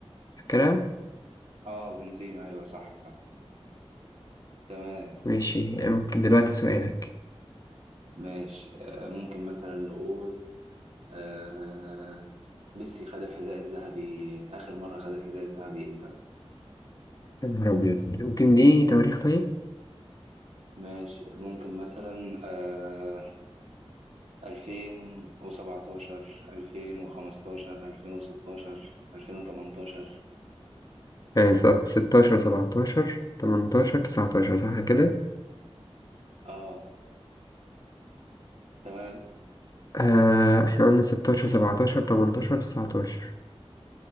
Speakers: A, on the left; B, on the right.
A: فاكرها؟
B: اه بنزيما أيوه صح صح تمام
A: ماشي ممكن دلوقتي سؤالك
B: ماشي آه ممكن مثلا نقول آه ميسي خد الحذاء الذهبي آخر مرة خد الحذاء الذهبي إمتى؟
A: يا نهار أبيض ممكن دي تواريخ طيب؟
B: ماشي ممكن مثلا آه 2017 2015 2016 2018
A: يعني سنة 16 17 18 19 صح كده؟
B: اه تمام
A: آه احنا قلنا 16 17 18 19